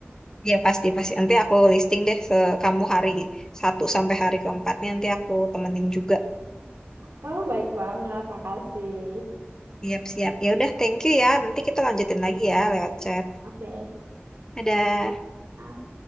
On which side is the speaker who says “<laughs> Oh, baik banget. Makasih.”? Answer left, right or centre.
Right